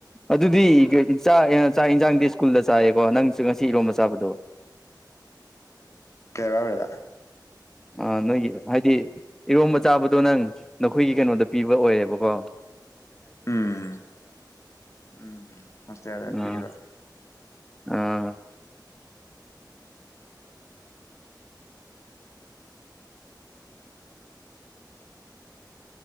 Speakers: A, in the centre; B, on the left.
A: ꯑꯗꯨꯗꯤ ꯆꯥꯛ ꯆꯥꯛ ꯌꯦꯟꯁꯥꯡꯗꯤ ꯁ꯭ꯀꯨꯜꯗ ꯆꯥꯏꯌꯦꯀꯣ ꯅꯪꯁꯨ ꯉꯁꯤ ꯏꯔꯣꯝꯕ ꯆꯥꯕꯗꯣ
B: ꯀꯦꯔꯥ ꯑꯣꯏꯋꯗ
A: ꯑ ꯅꯣꯏꯒꯤ ꯍꯥꯏꯗꯤ ꯏꯔꯣꯝꯕ ꯆꯥꯕꯗꯣ ꯅꯪ ꯅꯈꯣꯏꯒꯤ ꯀꯩꯅꯣꯗ ꯄꯤꯕ ꯑꯣꯏꯌꯦꯦꯕꯀꯣ
B: ꯎꯝ ꯎꯝ ꯍꯇꯄꯤꯤ
A: ꯑꯥ ꯑꯥ